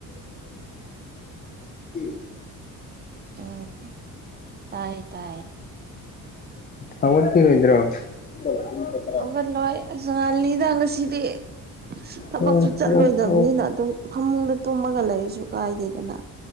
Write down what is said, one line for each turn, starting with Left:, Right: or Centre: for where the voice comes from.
Left: <unintelligible>
Right: ꯎꯝ ꯇꯥꯏꯌꯦ ꯇꯥꯏꯌꯦ
Left: ꯑꯣ ꯍꯧꯒꯠꯈꯤꯔꯣꯏꯗ꯭ꯔꯣ <unintelligible>
Right: ꯑꯣꯒꯠꯂꯣꯏ ꯉꯜꯂꯤꯗ ꯉꯁꯤꯗꯤ ꯊꯕꯛꯁꯨ
Left: ꯍꯣꯏ
Right: ꯆꯠꯂꯣꯏꯗꯕꯅꯤꯅ
Left: ꯍꯧꯒꯠ ꯍꯧꯒꯠ
Right: ꯑꯗꯨꯝ ꯐꯃꯨꯡꯗ ꯇꯨꯝꯃꯒ ꯂꯩꯔꯁꯨ ꯀꯥꯏꯗꯦꯗꯅ